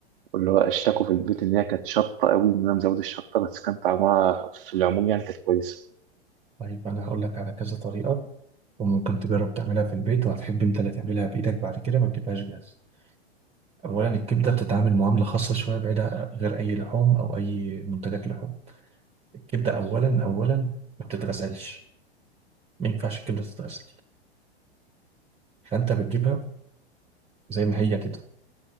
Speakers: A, on the right (about 55°); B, on the right (about 20°).
A: واللي هو اشتكوا في البيت إن هي كانت شطة قوي إن أنا مزود الشطة بس كان طعمها في العموم يعني كانت كويسة
B: طيب أنا هقول لك على كذا طريقة وممكن تجرب تعملها في البيت وهتحب أنت اللي تعملها بإيدك بعد كده ما تبقاش جاهزة اولا الكبده بتتعامل معامله خاصه شويه بعيده غير اي لحوم او اي منتجات لحوم الكبده اولا اولا ما بتتغسلش ما ينفعش الكبده تتغسل فانت بتجيبها زي ما هي كده